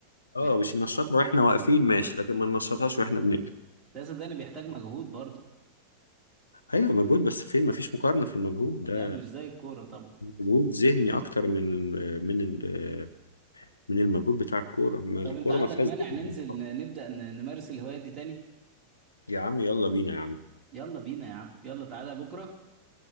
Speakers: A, on the left (about 80°); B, on the right (about 25°).
A: اه
B: بيحتاج
A: مش ننشطها واحنا واقفين ماشي لكن ما ننشطهاش واحنا بنجري
B: لا صدقني بيحتاج مجهود برضه
A: ايوه مجهود بس فين ما فيش مقارنه في المجهود ده
B: لا مش زي الكورة طبعا
A: مجهود ذهني اكتر من من ال- من المجهود بتاع الكوره ما
B: طب
A: الكوره
B: انت عندك
A: ما فيهاش
B: مانع
A: ذهن
B: ننزل ن- نبدأ ن- نمارس الهواية دي تاني
A: يا عم يلا بينا يا عم
B: يلا بينا يا عم يلا تعالى بكرة